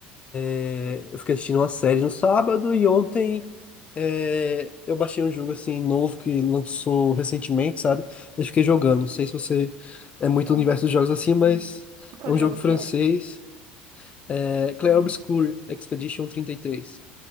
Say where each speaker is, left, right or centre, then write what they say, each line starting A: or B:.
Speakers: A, on the left; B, on the right.
A: é, eu fiquei assistindo uma série no sábado e ontem é, eu baixei um jogo, assim, novo que lançou recentemente, sabe? Eu fiquei jogando. Não sei se você é muito
B: Qual,
A: do universo dos jogos assim, mas
B: qual
A: é um
B: jogo
A: jogo francês.
B: que é?
A: É, Clair Obscur Expedition 33.